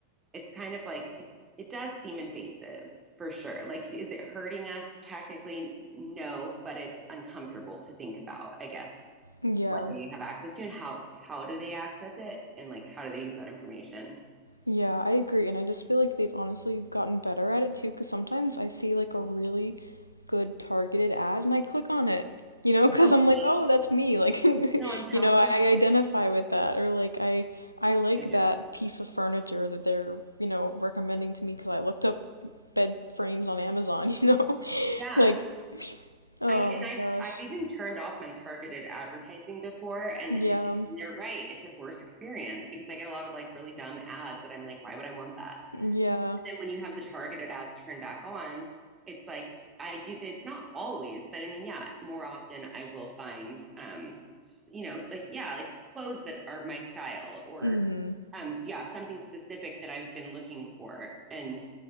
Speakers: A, on the right; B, on the left.
A: it's kind of like it it does seem invasive for sure. Like is it hurting us? Technically, no, but it's uncomfortable to think about, I guess
B: Yeah.
A: what they have access to and how how do they access it and like how do they use that information.
B: Yeah, I agree. And I just feel like they've honestly gotten better at it too, because sometimes I see like a really good targeted ad and I click on it, you know, <laughs> because
A: Oh,
B: I'm
A: same.
B: like, oh, that's me. Like, <laughs>
A: No, I'm telling
B: you know, I
A: you.
B: identify with that. Or like, I I like
A: I know.
B: that piece of furniture that they're, you know, recommending to me because I looked up bed frames on Amazon, <laughs> you know?
A: Yeah.
B: Like, oh
A: I and
B: my
A: I've
B: gosh.
A: I've even turned off my targeted advertising before, and
B: Yeah.
A: it, they're right. It's a worse experience because I get a lot of like really dumb ads that I'm like, why would I want that?
B: Yeah.
A: then when you have the targeted ads turned back on, it's like I do. It's not always, but I mean, yeah, more often I will find, um, you know, like yeah, like clothes that are my style, or
B: Mm-hmm.
A: um, yeah, something specific that I've been looking for, and